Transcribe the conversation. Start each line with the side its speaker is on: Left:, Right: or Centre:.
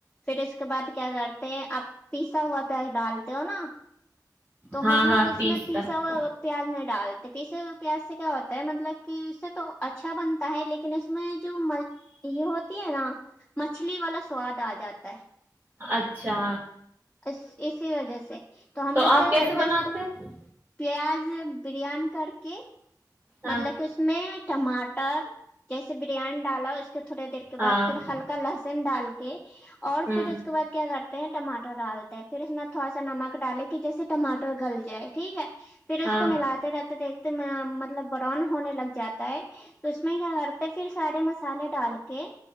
Left: پھر اس اس کے بعد کیا کرتے آپ پیسا ہوا پیاز ڈالتے ہو نا تو
Right: ہاں
Left: ہم لوگ
Right: ہاں
Left: اس
Right: پیس
Left: میں پیسا
Right: کر
Left: ہوا پیاز نہیں ڈالتے پیسے پیاس سے کیا ہوتا ہے مطلب کہ اس سے تو اچھا بنتا ہے لیکن اس میں جو یہ ہوتی ہے نا مچھلی والا سواد آ جاتا ہے
Right: اچھا
Left: ا اسی وجہ سے ہم
Right: تو
Left: لوگ
Right: آپ
Left: کیا
Right: کیسے
Left: کرتے
Right: بناتے
Left: اس کو
Right: ہیں
Left: پیاز بریانی کر کے مطلب
Right: ہاں
Left: کہ اس میں ٹماٹر جیسے بریانی ڈالا اس تھوڑے دیر کے
Right: ہاں
Left: بد پھر ہلکا لس سین ڈال کے اور
Right: ہ
Left: پھر اس کے بعد کیا کرتے ہیں ٹماٹر ڈالتے ہیں پھر اس میں تھوڑا سا نمک ڈالے کہ جیسے ٹاٹر گل جائے ٹھیک ہے پھر اس
Right: ہاں
Left: کو ملاتے رہتے دیکھتے میں مطلب براؤن ہونے لگ جاتا ہے تو اس میں کیا کرتے پھر سارے مسالے ڈال کے